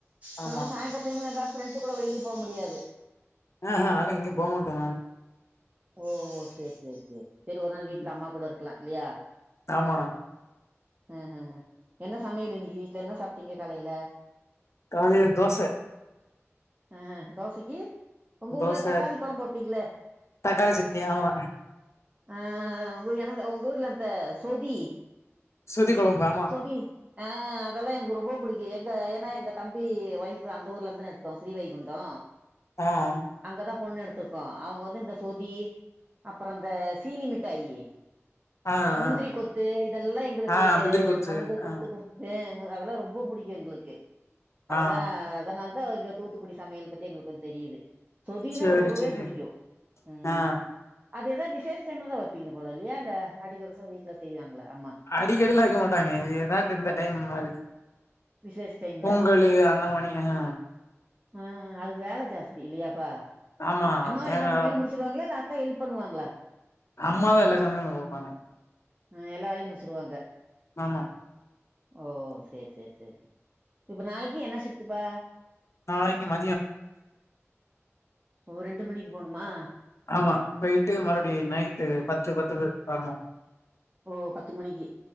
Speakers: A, on the right; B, on the left.
A: சில
B: ஆமா
A: நேர சாயந்தர டைம்ல எங்காது ஃப்ரெண்ட்ஸ் கூட வெளியில போ முடியாது
B: ஆஹா அதுலா எங்கயு போமாட்ட நானு
A: ஓ ஓ சேர் சேர் சேர் சரி ஒரு நாள் வீட்ல
B: ம்.
A: அம்மா கூட இருக்குலா இல்லையா
B: ஆமா
A: அ அ அ என்ன சமையல் இன்னிக்கு வீட்ல என்ன சாப்ட்டீங்க காலையில
B: காலையில தோச
A: அ தோசைக்கு உங்க ஊர்ல
B: தோச
A: தக்காளி கொழம்பு வப்பீங்களே
B: தக்காளி சட்னி ஆமா
A: அ அ உ எனது உங்க ஊர்ல அந்த சொதி
B: சொதி கொழம்பா
A: சொதி ஆ அதெல்லா எனக்கு ரொம்போ புடிக்கு எங்க எனா எங்க தம்பி ஒய்ஃபு அந்த ஊர்ல இந்தன எடுத்தோ ஸ்ரீ வைகுண்டோ
B: அ
A: அங்கதா பொண்ணு எடுத்துர்க்கோ அவுங்க வந்து இந்த சொதி அப்பறோ அந்த சீனி மிட்டாயி
B: ஆ
A: முந்திரிக்
B: ஆ
A: கொத்து இதெல்லா எங்குளுக்கு
B: ஆ முந்திரி கொத்து
A: கொனந்து குடுத்து
B: ஆ
A: குடுத் அ மு அதெலா ரொம்போ புடிக்கு எங்ளுக்கு அதலா
B: ஆ
A: அதனால்தா இங்கப் தூத்துக்குடி சமையல் பத்தி எங்களுக்கு வந் தெரியிது சொதினா
B: சேரி
A: ரொம்பவே
B: சேரி
A: புடிக்கும் ம்
B: ஆ
A: அது எதா விசேஷ டைம்லதா வப்பீங்க போல இல்லியா இல்ல அடிக்கொரசோ வீட்ல செய்வாங்ளா அம்மா
B: அடிக்கடிலா வெக்க மாட்டாங்க எதாவ் இந்த டைம் மாரி
A: விசேஷ் டைம்
B: பொங்கலு அந்த மானியேங்க
A: ம் அதுக்கு வேல ஜாஸ்தி இல்லியாப்பா
B: ஆமா
A: அம்மாவே
B: தேங்கா
A: எல்லா சமையலு முடிச்சிருவாங்ளா இல்ல அக்கா ஹெல்ப் பண்ணுவாங்ளா
B: அம்மாவே எல்லா சமையலு பாப்பாங்க
A: அ எல்லா வேலையும் முடிச்சுருவாங்க
B: ஆமா
A: ஓ சேர் சேர் சேர் இப்ப நாளைக்கி என்ன ஷிப்ட்டுப்பா
B: நாளைக்கும்
A: ஒ ரெண்டு மணிக்கு போணுமா
B: ஆமா போயிட்டு மறுப்டி நைட்டு பத்து பத்துக்கு வரணு
A: ஓ பத்து மணிக்கு